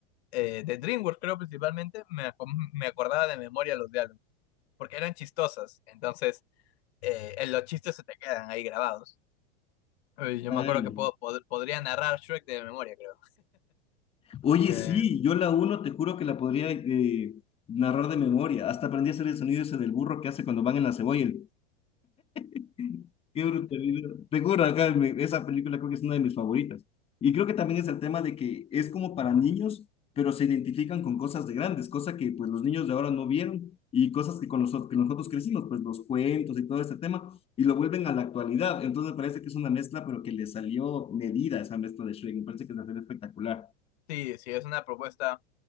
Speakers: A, on the left (about 65°); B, on the left (about 15°).
A: eh, de DreamWorks creo principalmente, me, aco- me acordaba de memoria los diálogos. porque eran chistosas. Entonces, eh, los chistes se te quedan ahí grabados. Eh, Yo
B: Claro.
A: me acuerdo que puedo, pod- podría narrar Shrek de memoria, creo.
B: Oye,
A: Me-
B: sí, yo la uno te juro que la podría eh, narrar de memoria. Hasta aprendí a hacer el sonido ese del burro que hace cuando van en la cebolla. el- Qué brutalidad. Te juro, acá me- esa película creo que es una de mis favoritas. Y creo que también es el tema de que es como para niños, pero se identifican con cosas de grandes, cosa que pues los niños de ahora no vieron y cosas que con nosotros, que nosotros crecimos, pues los cuentos y todo ese tema, y lo vuelven a la actualidad. Entonces me parece que es una mezcla, pero que le salió medida esa mezcla de Shrek. Me parece que es una serie espectacular.
A: sí, sí, es una propuesta